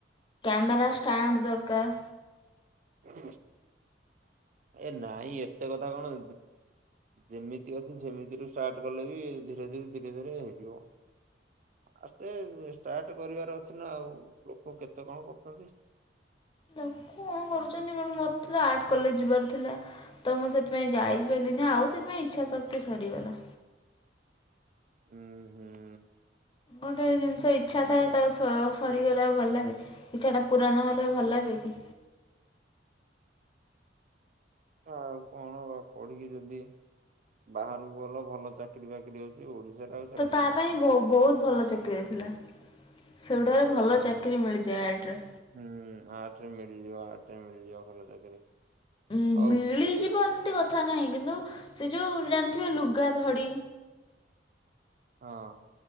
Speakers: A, on the left; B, on the right.
A: କ୍ୟାମେରା ଷ୍ଟାଣ୍ଡ ଦରକାର।
B: ହ ଏ ନାଇଁ ଏତେ କଥା କଣ ଯେମିତି ଅଛି ସେମିତିରୁ ଷ୍ଟାର୍ଟ କଲେ ବି ଧୀରେ ଧୀରେ ଧୀରେ ଧୀରେ ହେଇଯିବ। ଆସ୍ତେ ଷ୍ଟାର୍ଟ କରିବାର ଅଛି ନା ଆଉ ଲୋକ କେତେ କଣ କରୁଛନ୍ତି।
A: ଲୋକ କଣ କରୁଛନ୍ତି ମ ମୋତେ ତ ଆର୍ଟ କଲେଜ ଯିବାର ଥିଲା। ତ ମୁଁ ସେଥିପାଇଁ ଯାଇପାଇଲିନି ଆଉ ସେଥିପାଇଁ ଇଚ୍ଛା ଶକ୍ତି ସରିଗଲା।
B: ହୁଁ ହୁଁ।
A: ଗୋଟେ ଜିନିଷ ଇଚ୍ଛା ଥାଏ ତାକୁ ସ ସରିଗଲା ଆଉ ଭଲ ଲାଗେ। ଇଛା ଟା ପୁରା ନ ହେଲେ ଭଲ ଲାଗେ କି?
B: ଆଉ କଣ ବା ପଢିକି ଯଦି ବାହାରକୁ ଗଲ ଭଲ ଚାକିରି ବାକିରି ଅଛି ଓଡିଶାରେ ଆଉ ଚାକିରି
A: ତ ତା
B: ନାହିଁ।
A: ପାଇଁ ବହୁ ବହୁତ ଭଲ ଚକିରିଆଇଥିଲା ସେଗୁଟାରେ ଭଲ
B: ହୁଁ।
A: ଚାକିରରି ମିଳିଯାଏ ଆଡ଼ରେ।
B: ହୁଁ ଆଟରେ ମିଳିଯିବ ଆଟରେ ମିଳିଯିବ ଭଲ ଚାକିରି।
A: ଉଁ
B: ହଉ
A: ମିଳିଯିବ ଏମିତି କଥା ନାହିଁ କିନ୍ତୁ ସେ ଯୋଉ ଜାଣିଥିବେ ଲୁଗା ଧଡି।
B: ହଁ।